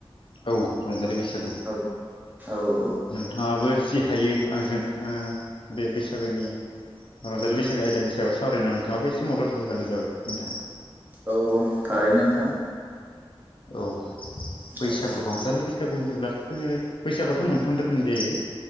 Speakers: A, on the left (about 60°); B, on the right (about 20°).
A: औ रंजालि बैसागु।
B: औ औ औ।
A: नोंथाङाबो जि हायो आंजों ओ बे बैसागोनि रंजालि बैसागो आयदानि सायाव सावरायनो नोंथाङाबो एसे मदद होबानो जाबाय नोंथां।
B: औ औ थारैनो नोंथां।
A: औ। बैसागु
B: औ
A: रंजालि बैसागु होनोब्लाथ' जोङो बैसागुआथ' मोनथाम रोखोमनि जायो।